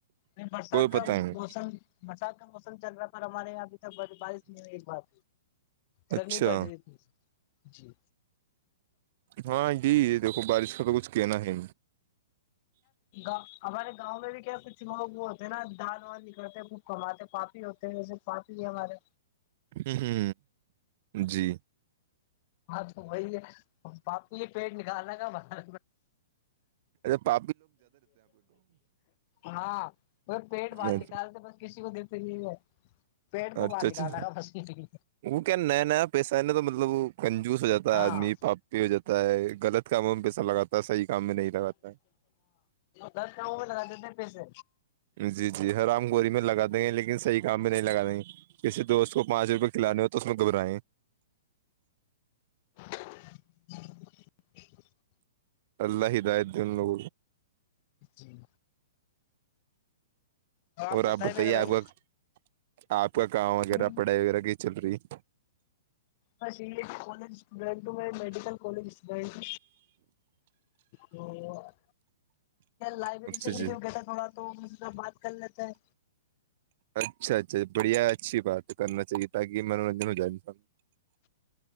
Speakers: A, on the left; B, on the right.
A: نہیں برسات
B: کوئی
A: کا
B: پتا نہیں
A: موسم برسات کا موسم چل رہا پر ہمارے یہاں ابھی تک بارش بات گرمی
B: اچھا
A: پڑ رہی تھی جی
B: ہاں جی دیکھو بارش کا تو کچھ کہنا ہے
A: ؤ ہمارے گاؤں میں بھی کیا کچھگ وہ ہوتے ہیں نا دال وان نکلتے کچ کماتے پاپی ہوتے ہیں پاپی ہی ہمارے
B: ہ ہ جی
A: ہاں تو وہی ہے پاپی یہ پیٹ نکالا تھا باہر
B: ا پ
A: ہاں پیٹ باہر
B: میں
A: نکالتے بس کسی کو د ہے پیٹ پ
B: اچھا
A: باہر
B: اچھا
A: نکالا گا بس کی فری
B: وہ کیا نیا نیا پیسہ ہے نا تو مطلب وہ کنجوس ہو جاتا
A: ہاں
B: ہے آدمی پاپی ہو جاتا تا ہے غلط کاموں میں پیسہ لگاتا ہے صحیح کام میں نہیں لگاتا
A: دس کیا وہ لگا دینے پیسے
B: جی جی ہرام گور میں لگا دیں گے لیکن صح کام میں نہیں لگا دیں گے کسی دوست کو پانچ روپئے کھلانے ہو تو اس میں گھبرائیں
A: <inaudible>
B: اللہ ہاائے د لو
A: جی تو
B: اور
A: بتائیں
B: آپ بتائیے
A: میرے بھائی
B: آپ کا آپ کا کام وغیرہ
A: جی
B: پڑھائی وغیرہ کی چل رہی ہے
A: بس یہ کالج اسٹوڈینٹ ہوں میں میڈیکل کالج اسٹوڈینٹ ہ ہ لائبریری
B: اچھا
A: سے کھ
B: جی
A: گتا تھوڑا تو ان سے بات کر لیتے ہیں
B: اچھا اچھا بڑھیا اچھی بات ہے کرنا چاہیے تاکہ منورنجن ہو جائے س